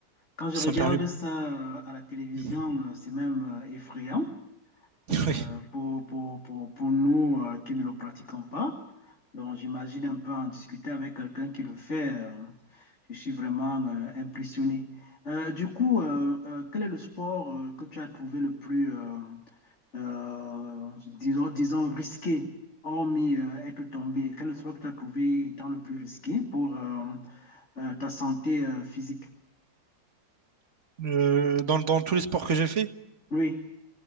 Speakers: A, on the left; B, on the right.
A: Quand je
B: ça
A: regarde
B: me permet,
A: ça euh, à la télévision,
B: Mhm.
A: euh, c'est même euh, effrayant.
B: <laughs>
A: euh, pour, pour, pour, pour nous euh, qui ne le pratiquons pas. Donc, j'imagine un peu en discuter avec quelqu'un qui le fait. euh, je suis vraiment euh, impressionné. Euh, du coup, euh, euh, quel est le sport euh, que tu as trouvé le plus, euh, euh, disons, disons, risqué, hormis euh, être tombé? Quel est le sport que tu as trouvé étant le plus risqué pour euh, euh, ta santé euh, physique?
B: Oui. Euh, dans, dans tous les sports que j'ai fait,
A: Oui.